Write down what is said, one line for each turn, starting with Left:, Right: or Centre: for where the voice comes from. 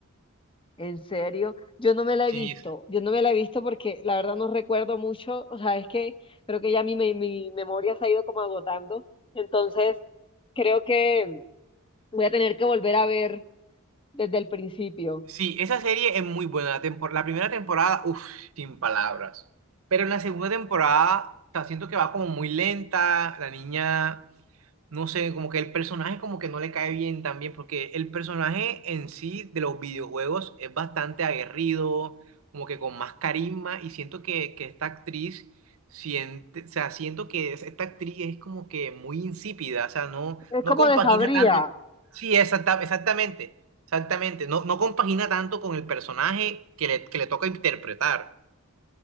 Left: En serio, yo no me la
Right: Sí,
Left: he visto, yo no me la he visto porque la verdad no recuerdo mucho, o sea, es que creo que ya mi, me- mi memoria se ha ido como agotando, entonces creo que voy a tener que volver a ver desde el principio.
Right: Sí, esa serie es muy buena. La, tempor- la primera temporada, uff, sin palabras. Pero en la segunda temporada, o sea, siento que va como muy lenta. La niña no sé, como que el personaje como que no le cae bien también, porque el personaje en sí de los videojuegos es bastante aguerrido, como que con más carisma, y siento que, que esta actriz, siente, o sea, siento que es- esta actriz es como que muy insípida, o sea, no,
Left: Es
Right: no
Left: como
Right: compagina
Left: de Sabría,
Right: tanto. Sí, exacta- exactamente, exactamente, no, no compagina tanto con el personaje que le, que le toca interpretar.